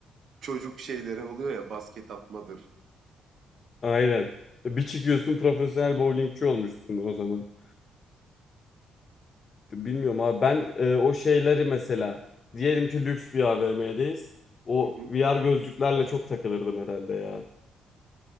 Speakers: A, on the right; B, on the left.
A: Çocuk şeyleri oluyor ya basket atmadır.
B: aynen. Ya Bir çıkıyorsun profesyonel bowlingçi olmuşsun o zaman. Bilmiyorum abi ben e, o şeyleri mesela diyelim ki lüks bir AVM'deyiz. O
A: Hı hı.
B: VR gözlüklerle çok takılırdım herhalde ya.